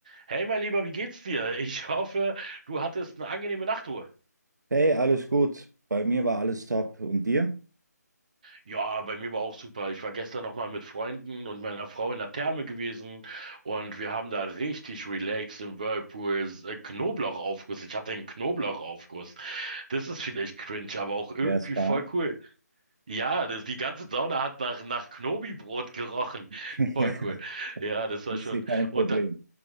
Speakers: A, on the right; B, on the right.
A: Hey, mein Lieber, wie geht's dir? Ich <laughs> hoffe, du hattest eine angenehme Nachtruhe.
B: Hey, alles gut. Bei mir war alles top. Und dir?
A: Ja, bei mir war auch super. Ich war gestern noch mal mit Freunden und meiner Frau in der Therme gewesen und wir haben da richtig relaxed im Whirlpool äh, Knoblauchaufguss. Ich hatte einen Knoblauchaufguss. Das ist vielleicht cringe, aber auch irgendwie
B: Wer es mag,
A: voll cool. Ja, das, die ganze Sauna hat nach, nach Knobi-Brot gerochen.
B: <laughs>
A: Voll cool. Ja, das war
B: ist
A: schon.
B: hier kein
A: Und
B: Problem.
A: da,